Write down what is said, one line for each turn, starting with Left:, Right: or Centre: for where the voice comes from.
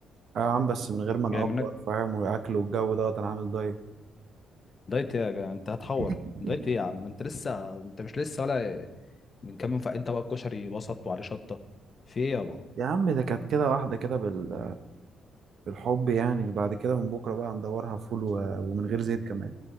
Right: اه يا عم بس من غير ما
Left: جاي
Right: نقفر
Left: منك
Right: فاهم والاكل والجو دوت انا عامل دايت
Left: دايت إيه يا جا انت هتحور
Right: <laughs>
Left: دايت ايه يا عم انت لسه انت مش لسه ولا من كام يوم فاق انت بقى الكشري وسط وعليه شطه في ايه يابا
Right: يا عم ده كانت كده واحدة كده بال... بالحب يعني بعد كده من بكرة بقى ندورها فول و... ومن غير زيت كمان